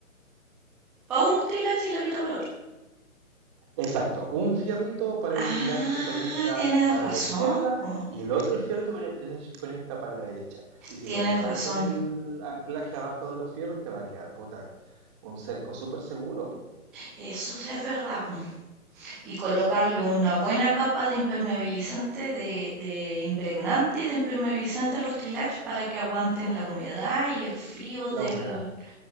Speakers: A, in the centre; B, on the right.
A: para un trilache y la mitad para el otro.
B: Exacto, un fierrito para
A: Ah,
B: el trilage que conecta
A: tienes
B: para
A: razón,
B: la izquierda
A: po.
B: y el otro fierrito con el trilage que conecta para la derecha. Y si
A: tienes
B: lo dejáis
A: razón.
B: con el anclaje abajo de los fierros, te va a quedar, puta, un cerco súper seguro.
A: Eso sí es verdad, po. y colocarle una buena capa de impermeabilizante, de, de impregnante y de impermeabilizante a los trilach para que aguanten la humedad y el frío del,
B: La humedad